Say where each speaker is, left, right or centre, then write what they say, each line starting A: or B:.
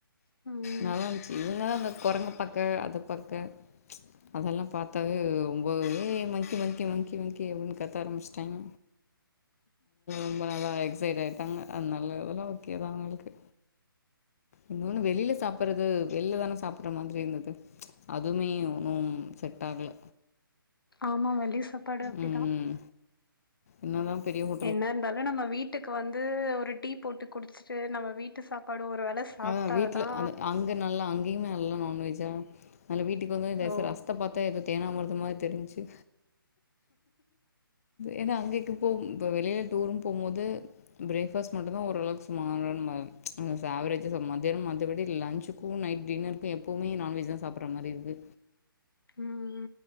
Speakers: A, on the left; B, on the left.
A: ம்
B: நல்லாஞ்ச்சு இவங்கதா அந்த கொரங்க பாக்க அத பாக்க அதெல்லா பாத்தாவே அ ரொம்பவே மங்க்கி மங்க்கி மங்க்கி மங்க்கி அப்புட்னு கத்த ஆரம்பிச்சிட்டாங்க ரொம்ப நல்லா எக்ஸைட் ஆய்ட்டாங்க ஆதனால எல்லா ஓகேதா அவங்களுக்கு இன்னொன்னு வெளில சாப்புட்றது வெள்லதானே சாப்ற மாதிரி இருந்தது அதுமே ஒன்னும் செட் ஆகல
A: ஆமா வெளி சாப்பாடு அப்டிதா
B: ம் என்னதா பெரிய ஹோ
A: என்ன இருந்தாலு நம்ம வீட்டுக்கு வந்து ஒரு டீ போட்டு குடிச்சுட்டு நம்ம வீட்டு சாப்பாடு ஒரு வேல சாப்ட்டாதா
B: அதா வீட்ல அது அங்க நல்லா அங்கேயுமே நல்லா நான்வெஜ்ஜா நல்லா வீட்டுக்கு வந்தது தயச
A: ஓ
B: ரசத்த பாத்த தேனாமிர்தமா தெரிஞ்ச்சு ஏன்னா அங்கேக்கு போம் இப்ப வெளில டூருன் போம்போது ப்ரேக்ஃபாஸ்ட் மட்டுதா ஓரளவுக்கு சுமாரா நம்ப ஆவரேஜ் மத்யான மத்தபடி லன்ச்சுக்கு நைட் டின்னருக்கு எப்போமே நான்வெஜ்தா சாப்ற மாரி இருக்கு
A: ம்